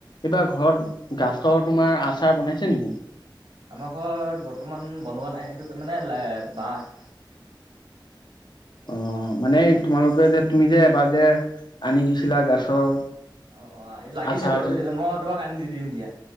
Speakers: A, on the left; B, on the right.
A: এইবাৰ ঘৰত গাছৰ তোমাৰ আচাৰ বনাইছে নেকি?
B: আমাৰ ঘৰত বৰ্তমান বনোৱা নাই, এইটো মানে বাহ
A: অ' মানে তোমালোকে যে তুমি যে এবাৰ যে আনি দিছিলা গাছৰ।
B: অ' অ' এই লাগিছে
A: আচাৰ
B: বাৰু,
A: যে
B: এতিয়া মই তোমাক আনি দি দিম দিয়া।